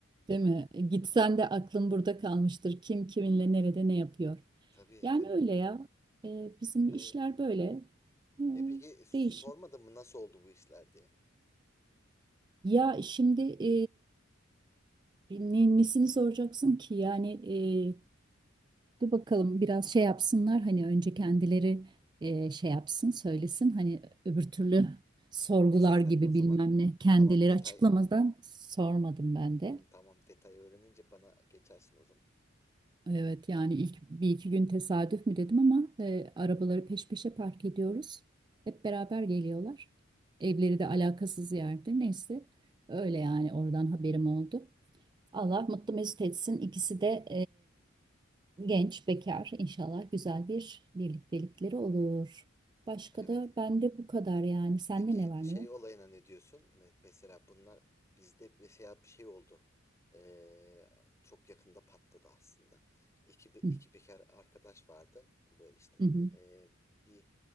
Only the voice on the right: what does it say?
Değil mi? E, Gitsen de aklın burada kalmıştır. Kim kiminle nerede ne yapıyor.
Yani
öyle ya. E, bizim
işler böyle. E,
değişik.
Ya şimdi e, ne- nesini soracaksın ki? Yani e, Dur bakalım biraz şey yapsınlar hani önce kendileri e, şey yapsın söylesin hani öbür türlü sorgular
gibi
bilmem ne kendileri
açıklamadan sormadım ben
de.
Evet yani ilk bir iki gün tesadüf mü dedim ama e, arabaları peş peşe park ediyoruz. Hep beraber geliyorlar. Evleri
de alakasız yerde neyse öyle yani oradan haberim oldu. Allah mutlu mesut etsin. İkisi de e, genç, bekar. İnşallah güzel bir birliktelikleri olur.
Başka
da bende bu kadar yani. Sende
ne var
ne yok?
Hı
hı hı